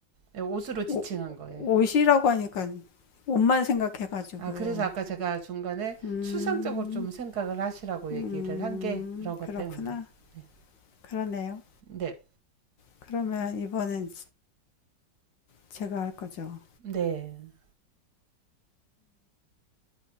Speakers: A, on the right; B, on the left.
A: 예, 옷으로 지칭한
B: 오-
A: 거예요.
B: 옷이라고 하니까 옷만 생각해가지고
A: 아, 그래서 아까 제가 중간에
B: 음,
A: 추상적으로 좀 생각을 하시라고
B: 음,
A: 얘기를 한 게 그런 것
B: 그렇구나.
A: 때문이에요. 네.
B: 그러네요.
A: 네.
B: 그러면 이번엔 제가 할 거죠.
A: 네.